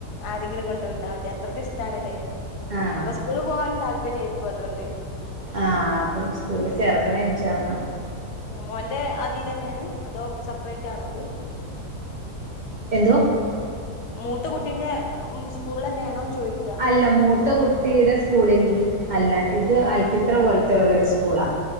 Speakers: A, on the left; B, on the right.
A: ആരെങ്കിലും കൊണ്ട് വിട്ടാ മതി അത്രയ്ക്ക് ഇഷ്ടണ്ല്ലേ
B: ആഹ്
A: അപ്പൊ സ്കൂള് പോവാനും താല്പര്യം ആയിരിക്കും അതുകൊണ്ട്
B: ആഹ് അപ്പം സ്കൂളി ചേർക്കണം ഇൻഷാ അള്ളാ
A: ഉം മോന്റെ ആതിലെന്നെയാണ് അതോ സെപ്പറേറ്റ് ആണോ ഇത്?
B: എന്തോ?
A: മൂത്ത കുട്ടിന്റെ സ്കൂളില ന്നെയാണോന്ന് ചോദിക്ക
B: അല്ല മൂത്ത കുട്ടിയുടെ സ്കൂളിൽ അല്ല ഇത് അൽഫിത്ര പോലത്തെ ഉള്ള ഒരു സ്കൂളാ